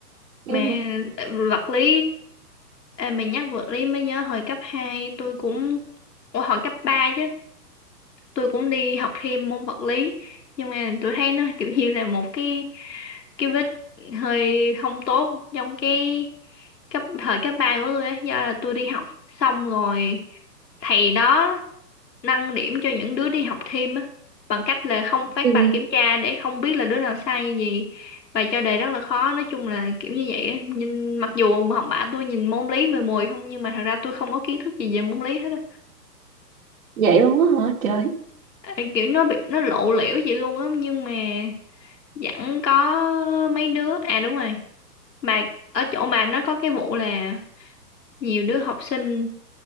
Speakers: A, on the right; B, on the left.
A: ừ.
B: mà ờ, vật lý Ê, mình nhắc vật lý mới nhớ hồi cấp 2 tôi cũng Ủa, hồi cấp 3 chứ tôi cũng đi học thêm môn vật lý nhưng mà tôi thấy nó kiểu như là một cái cái vết hơi không tốt trong cái cấp thời cấp 3 của tôi á do là tôi đi học xong rồi thầy đó nâng điểm cho những đứa đi học thêm á bằng cách là không phát
A: ừ.
B: bài kiểm tra để không biết là đứa nào sai như gì bài cho đề rất là khó nói chung là kiểu như vậy á. nhưng mặc dù học bạ tôi nhìn môn lý mười mùi không nhưng mà thật ra tôi không có kiến thức gì về môn lý hết á
A: vậy luôn á hả trời
B: Ê, kiểu nó bị nó lộ liễu vậy luôn á nhưng mà vẫn có mấy đứa à đúng rồi mà ở chỗ bà nó có cái vụ là nhiều đứa học sinh